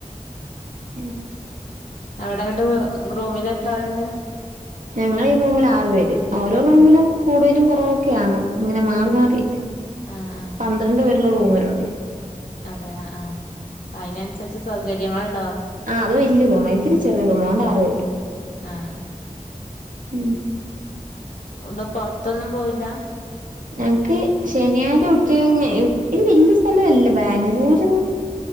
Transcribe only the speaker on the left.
അവിടങ്ങോട്ട് റൂമിൽ എത്ര ആളുണ്ട്
ആഹ് ആഹ്
അതെ ആ് അതിനനുസരിച്ച് സൗകര്യങ്ങളുണ്ടോ
ആഹ
ഉണ്ട് പൊറത്തൊന്നും പോയില്ല